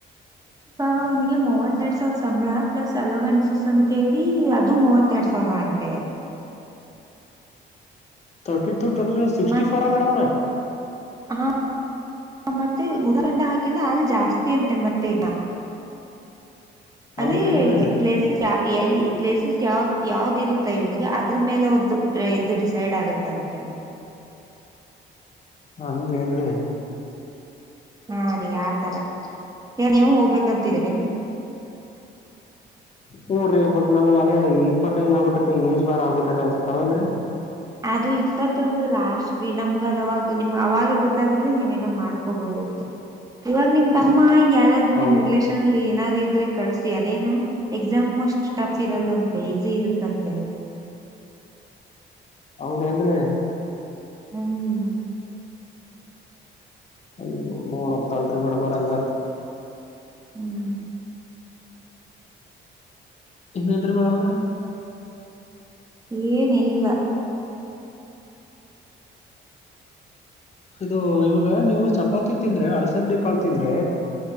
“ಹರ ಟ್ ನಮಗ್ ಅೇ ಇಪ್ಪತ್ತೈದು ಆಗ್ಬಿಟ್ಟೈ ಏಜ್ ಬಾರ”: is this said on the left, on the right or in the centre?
Left